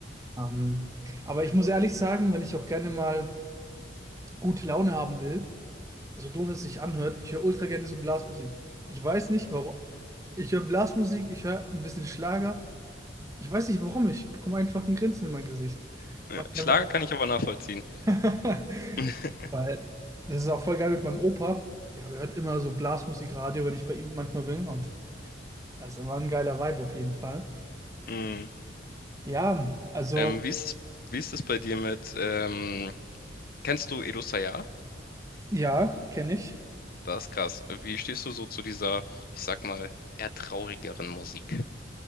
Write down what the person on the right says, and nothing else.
Ähm, aber ich muss ehrlich sagen, wenn ich auch gerne mal gute Laune haben will, so doof es sich anhört, ich höre ultra gerne so Blasmusik. Ich weiß nicht warum. Ich höre Blasmusik, ich höre ein bisschen Schlager. Ich weiß nicht warum, ich bekomme einfach ein Grinsen in mein Gesicht.
Was
ich einfach
<laughs>
Weil das ist auch voll geil mit meinem Opa. Der hört immer so Blasmusikradio, wenn ich bei ihm manchmal bin. Und das ist immer ein geiler Vibe auf jeden Fall.
Ja, also
ja, kenne ich.